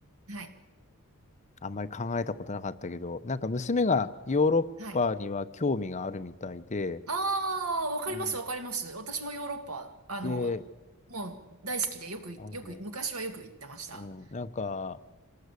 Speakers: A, on the right (about 70°); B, on the left (about 30°).
A: はい。
B: あんまり考えたことなかったけど、なんか娘がヨーロッパには興味があるみたいで、
A: はい。ああ、わかります、
B: うん
A: わかります。私もヨーロッパ、あの、
B: で、
A: もう大好きでよく、
B: あのね、
A: よく、昔はよく行ってました。
B: うん、なんか、